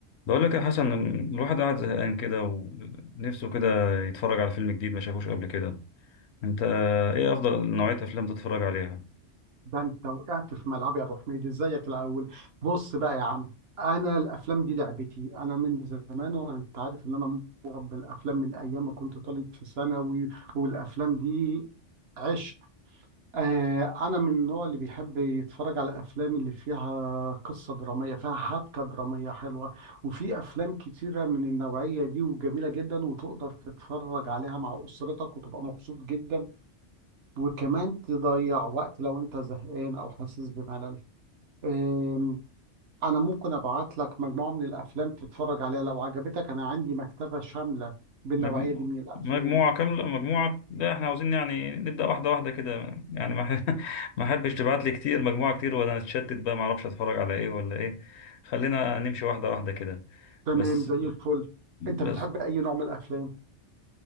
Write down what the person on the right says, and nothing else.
ده انت وقعت في ملعب يا ابو حميد ازيك الاول بص بقى يا عم انا الافلام دي لعبتي انا من زمان وانا انت عارف ان انا مربي الافلام من ايام ما كنت طالب في ثانوي والافلام دي عشق آه انا من النوع اللي بيحب يتفرج على الافلام اللي فيها قصه دراميه فيها حبكه دراميه حلوه وفي افلام كتيره من النوعيه دي وجميله جدا وتقدر تتفرج عليها مع اسرتك وتبقى مبسوط جدا وكمان تضيع وقت لو انت زهقان او حاسس بملل أم، انا ممكن ابعت لك مجموعة من الافلام تتفرج عليها لو عجبتك انا عندي مكتبة شاملة بالنوعية
دي من الافلام
تمام
زي الفل انت
بتحب اي نوع من الافلام